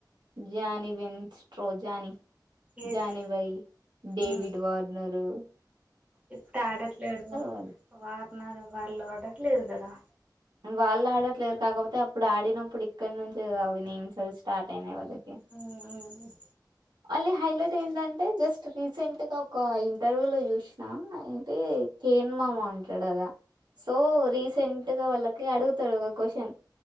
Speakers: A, on the right (about 70°); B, on the right (about 15°).
A: జ్యానిబెన్ స్ట్రో జానీ
B: ఎస్
A: జానిబై డేవిడ్
B: ఉమ్
A: వాడ్నరు
B: ఇప్పుడు ఆడట్లేడు
A: వాళ్ళు
B: వార్నర్ వాళ్ళ ఆడట్లేదు కదా
A: వాళ్ళ ఆడట్లేరు కాకపోతే అప్పుడు ఆడినప్పుడు ఇక్కడి నుంచే కదా అవి నేమ్స్ అవి స్టార్ట్ అయినాయి వాళ్ళకి
B: ఉమ్మ్మ్
A: మళ్ళీ హైలైట్ ఏంటంటే జస్ట్ రీసెంట్ గా ఒక ఇంటర్వ్యూ లో చూసినా అయితే కేన్ మామ ఉంటాడు కదా సో రీసెంట్ గా వాళ్ళ అడుగుతడు ఒక క్వశ్న్